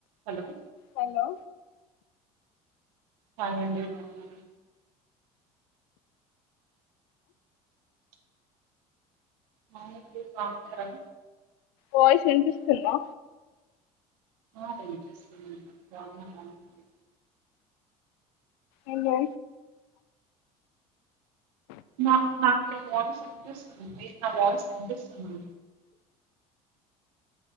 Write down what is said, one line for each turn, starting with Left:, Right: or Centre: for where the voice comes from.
Right: Hello
Left: hello
Right: hi అండి బాగున్నారా hi అండి బాగున్నారా
Left: వాయిస్ వినిపిస్తుందా
Right: ఆ వినిపిస్తుంది అండి నార్మల్ గా,
Left: ఏందే
Right: నా నాకు న వాయిస్ వినిపిస్తుంది నా వాయిస్ వ వినిపిస్తుందా,